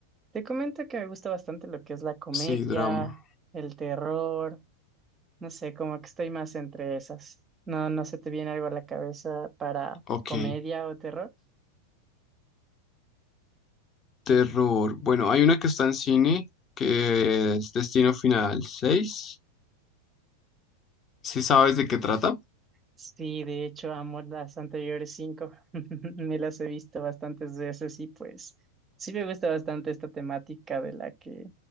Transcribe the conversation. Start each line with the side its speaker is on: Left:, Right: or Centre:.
Right: Te comento que me gusta bastante lo que es la comedia,
Left: Sí, drama.
Right: el terror, no sé, como que estoy más entre esas. No, no se te viene algo a la cabeza para
Left: Ok.
Right: comedia o terror.
Left: Terror. Bueno, hay una que está en cine que es Destino Final seis. ¿Sí sabes de qué trata?
Right: Sí, de hecho, amo las anteriores cinco. <laughs> Me las he visto bastantes veces y pues sí me gusta bastante esta temática de la que